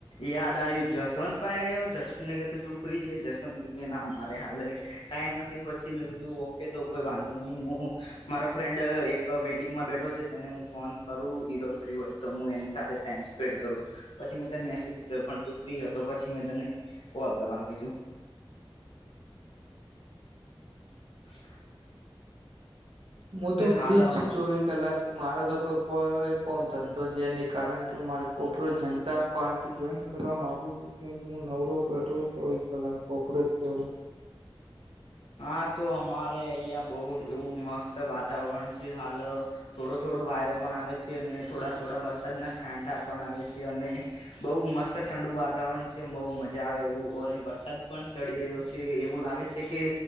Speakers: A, on the left (about 75°); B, on the right (about 75°).
A: યાદ આયુ, જસવંત પાહે ગયો, જસવંતને કેધુ તું ફ્રી છે? જસવંત કે કે ના મારે હાલે ટાઈમ નથી, પછી મેં કીધું, ઓકે, તો કોઈ વાંધો નહી, હું મારો ફ્રેન્ડ એક વેટિંગમાં બેઠો છે, તેને હું ફોન કરું, ઈરો ફરી હોય તો હું એની સાથે ટાઈમ સ્પેન્ડ કરું. પછી મેં તને મેસેજ કીધો પણ તું ફ્રી હતો. પછી મેં તને કોલ કરવાનું કીધું. હ
B: હું તો
A: હાલ
B: ફ્રિજ ચોવીસ કલાક થી મારા તો કોઈ કોઈ કોમ સંતોષ છે એની કારણ કે મારે કોકરો જનતા પાર્ટી જોઈન કરવા માગુ છું કેમ કે હું નવરો બેઠો છ લા કોક્રોચ કેવું
A: હા તો અમારે અહં બહુ એવું મસ્ત વાતાવરણ છે હાલ થોડો થોડો વાયરો પણ આવે અને થોડા થોડા વરસાદના છાંટા પણ આવે છે અને બહુ મસ્ત ઠંડુ વા વાતાવરણ છે બઉુ મજા આવે એવું અને અને વરસાદ પણ ચડી રહ્યો છે એવું લાગે છે કે